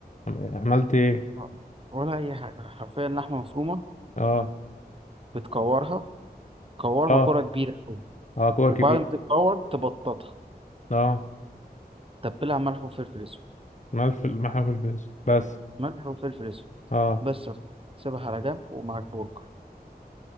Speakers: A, on the left; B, on the right.
A: عملت ايه
B: آه، ولا اي حاجة حرفيا لحمة مفرومة
A: اه
B: بتكورها كورها
A: اه
B: كرة كبيرة أوي
A: اه كور
B: وبعد
A: كبير
B: ما تتكور تبططها
A: اه
B: تبلها ملح وفلفل اسود
A: ملف المحل في الفيس بس
B: ملح وفلفل اسود
A: اه
B: بس سيبها على جنب ومعاك برجر